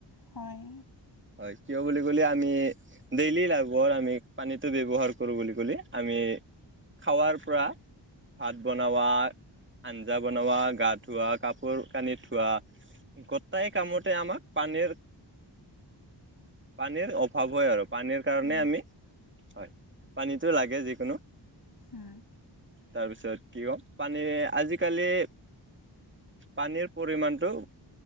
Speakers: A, on the left; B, on the right.
A: হয়।
B: হয় কিয় বুলি ক'লে আমি ডেইলি লাভৰ আমি পানীটো ব্যৱহাৰ কৰো বুলি ক'লে আমি খাৱাৰ পৰা ভাত বনোৱা, আঞ্জা বনোৱা, গা ধোৱা কাপোৰ-কানি ধোৱা গোটাই কামোতে আমাক পানীৰ পানীৰ অভাৱ হয় আৰু পানীৰ কাৰণে
A: উম,
B: আমি 'হয়' পানীটো লাগে যিকোনো
A: উম
B: তাৰপিছত কিকম পানী আজিকালি পানীৰ পৰিমাণটো